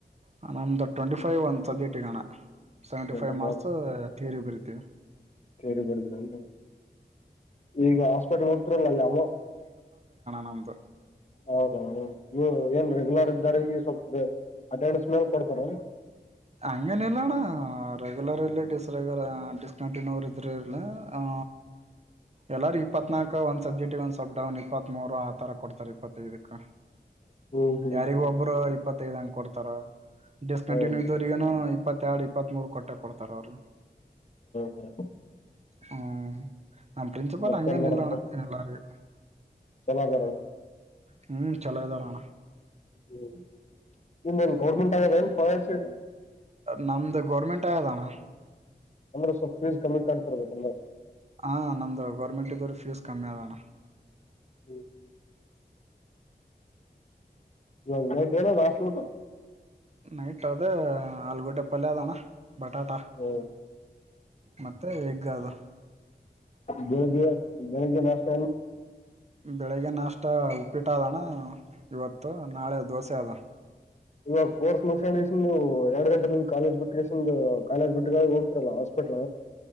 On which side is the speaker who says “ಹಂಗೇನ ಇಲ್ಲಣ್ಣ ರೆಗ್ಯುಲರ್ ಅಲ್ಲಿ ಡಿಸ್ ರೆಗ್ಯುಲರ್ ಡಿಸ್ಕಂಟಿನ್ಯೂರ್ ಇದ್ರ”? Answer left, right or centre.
Right